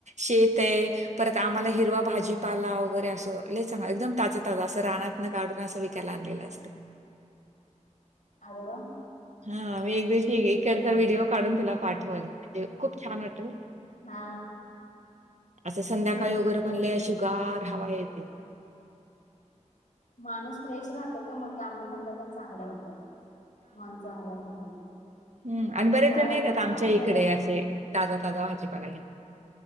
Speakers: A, on the right; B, on the left.
A: शेत आहे. परत आम्हाला
B: हा हा
A: हिरवा भाजी पाला वगैरे असं लय चांगलं एकदम ताजं ताज असं रानान काढून असं विकायला आणलेलं असते. <unintelligible>
B: आरे वा.
A: हा मी एक दिवशी इकडचा
B: बरं
A: व्हिडिओ काढून तूला पाठव म्हणजे खूप छान वाटतं.
B: हा
A: असं संध्याकाळी
B: हिरवळ
A: वगैरे
B: हिरवळ
A: पण
B: सगळं
A: अशी गार हवा येते.
B: माणूस फ्रेश राहतो ग मग कामधंदा पण चांगला होतो. मन चांगलं राहिलं की.
A: हम्म आणि
B: कंटाळा
A: बरेच जण येतात
B: येत नाही
A: आमच्या
B: काम
A: इकडे
B: करायला
A: असे ताजा ताजा भाजी पाला घेऊन